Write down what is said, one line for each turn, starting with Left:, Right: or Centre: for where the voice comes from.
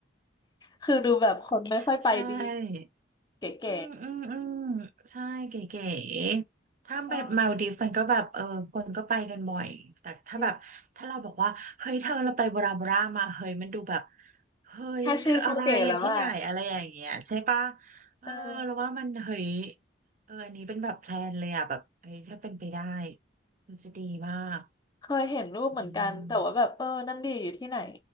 Left: คือดูแบบคนไม่ค่อยไปดี
Right: ใช่
Left: เก๋
Right: อืมอืมอืมใช่เก๋ๆถ้าไปมาลดีฟส์มันก็แบบเออคนก็ไปกันบ่อยแต่ถ้าแบบถ้าเราบอกว่าเฮ้ยเธอเราไปบราบรามาเฮ้ยมันดูแบบ
Left: เออจริงๆ
Right: เฮ้ยมันคืออะไรอ่ะที่ไหนอะไรอย่างเงี้ยใช่ปะ
Left: แค่ชื่อก็เก๋แล้วอ่ะ
Right: เออเราว่ามันเฮ้ย
Left: เออ
Right: เอออันนี้เป็นแบบแพลนเลยอ่ะแบบเฮ้ยถ้าเป็นไปได้มันจะดีมาก
Left: เคยเห็นรูปเหมือนกันแต่ว่าแบบเออนั่นดีอยู่ที่ไหน
Right: อื